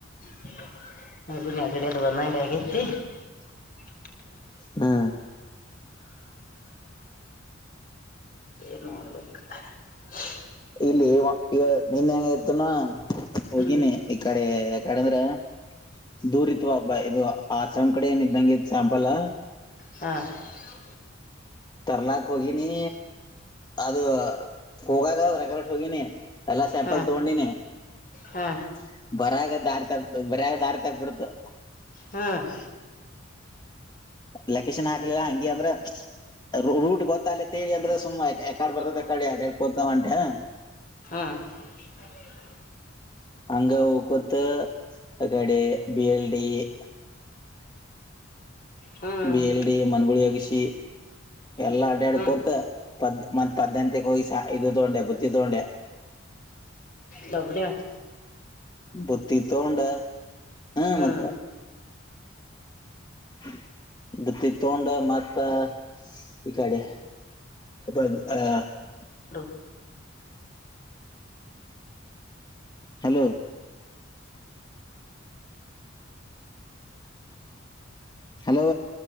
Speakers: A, on the left (about 45°); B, on the left (about 20°).
A: <unintelligible> ಇವಾಗಲೇ, ನೆಗಡಿ, ಅಗವೇ, ಆಗೈತೆ! ನೆಗಡಿಯಾಗಿ. <unintelligible>
B: ಹಾ. <inaudible>
A: ಏನ್, ನೋಡ್ಬೇಕು? <unintelligible>
B: ಇಲ್ಲಿ, ಈಗ ನೆನ್ನೆ, ಹೆಂಗ ಹೆತ್ತೀವಿ, ಹೋಗಿನಿ!
A: ಹ್ಮ್
B: ಈ ಕಡೆ ಕಡೆ ಅಂದ್ರ. <unintelligible> ದೂರಿ ಇತ್ವಾ ಅಬ್ಬಾ! ಇದು, ಆ, ಸಂಕಡಿ, ಏನು, ಇದ್ದಂಗೆ ಸಾಂಪಲ್. <inaudible>
A: ಹಾ. <unintelligible>
B: ತರ್ಲಾಕ್ ಹೋಗಿನಿ! ಅದು ಹೋಗಾಗ ಹೊರಗರಷ್ಟ, ಹೋಗಿನಿ, ಅ. <inaudible> ಎಲ್ಲ ಸ್ಯಾಂಪಲ್
A: ಹಾ
B: ತಗೊಂಡಿನಿ? <inaudible>
A: ಹಾ
B: ಬರಗಾ, ದಾರಿ ತಪ್ಪಿತು. ಬರಗಾ ದಾರಿ ತಪ್ಪಿ ಬಿಡ್ತು? <inaudible>
A: ಹ. <inaudible>
B: ಲೊಕೇಶನ್, ಹಾಕ್ಲಿಲ್ಲ! ಹಂಗೆ, ಅಂದ್ರೆ? <inaudible> ರೂಟ್, ಗೊತ್ತಲ್ಲೇ ತೇಳಿ ಅಂದ್ರೆ! ಸುಮ್ನೆ ಆಕಡೆ ಬರ್ತಾವೆ, ಆ ಕಡೆ ಕುಂಟವಂತೆ? <inaudible>
A: ಹಾ. <unintelligible>
B: ಹಂಗೆ, ಓ ಗೊತ್ತು, ಕಡೆ ಬಿ, ಎಲ್, ಡಿ. <inaudible>
A: ಹ್ಮ್
B: ಬಿ, ಎಲ್, ಡಿ. ಮನ್ಗುಳಿ ಹಗಿಸಿ. <inaudible> ಎಲ್ಲಾ, ಅಡ್ಡ್ಯಾಡ್
A: ಹ್ಮ್
B: ಕೂತ್! ಪದ ಮತ್ ಪದ್ನಂತಗ್, ಹೋಗಿ, ಸ, ಇದು, ತಗೊಂಡೆ? ಬತ್ತಿ ತಗೊಂಡೆ. <inaudible> <inaudible> <unintelligible>
A: ಲೌನ್ಯ. <inaudible>
B: ಬುದ್ದಿ, ತಗೊಂಡು, ಹ್ಮ,
A: ಹ್ಮ್
B: ಮತ್ತೆ. <inaudible> ಕುತ್ತಿಗೆ ತಗೊಂಡು ಮತ್ತೆ ಈ ಕಡೆ? <inaudible> ಹ! <unintelligible>
A: ಹ. <inaudible>
B: ಹಲೋ. <inaudible> ಹಲೋ!